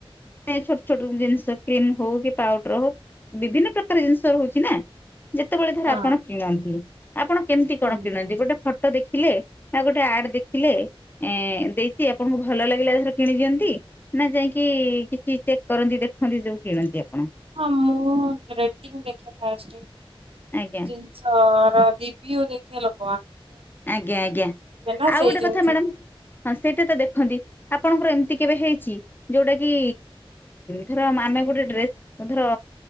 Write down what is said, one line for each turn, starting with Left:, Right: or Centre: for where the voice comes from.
Left: ଛୋଟ ଛୋଟ ଜିନିଷ କ୍ରିମ ହଉ କି ପାଉଡର ହଉ ବିଭିନ୍ନ ପ୍ରକାର ଜିନିଷ ରହୁଛି ନା। ଯେତେବେଳେ ଧର
Right: ହଁ
Left: ଆପଣ କିଣନ୍ତି। ଆପଣ କେମିତି
Right: ହଁ।
Left: କଣ କିଣନ୍ତି ଗୋଟେ ଦେଖିଲେ ନା ଗୋଟେ ଆଡ ଦେଖ ଦେେ ଏ ଦେଇଛି ଆପଣଙ୍କୁ ଭଲ ଲାଗିଲାଥର କିଣି ଦିଅନ୍ତି। ନା ଯାଇକି କିଛି ଚେକ୍ କରନ୍ତି ଦେଖନ୍ତି ସବୁ କିଣନ୍ତି ଆଣ
Right: ହଁ ମୁଁ ମୁଁ ରେଟିଂ ଦେଖିବା ପାଇଁ ଆସିଛି। <inaudible>
Left: ଆଜ୍ଞା
Right: ଜିନିଷ ପ୍ର ଦୀପି ଦେଖିବା ଲୋକ।
Left: ଆଜ୍ଞା ଆଜ୍ଞା
Right: ନା
Left: ଆଉ
Right: ସେଇ
Left: ଗୋଟେ
Right: ଜିନିଷକୁ
Left: କଥା ମ୍ୟାଡାମ ହଁ ସେଇଟା ତ ଦେଖନ୍ତି ଆପଣଙ୍କର ଏମିତି କେବେ ହେଇଛି ଯୋଉଟା କିି ଧର ଆମେ ଗୋଟେ ଡ୍ରେସ୍ ଧର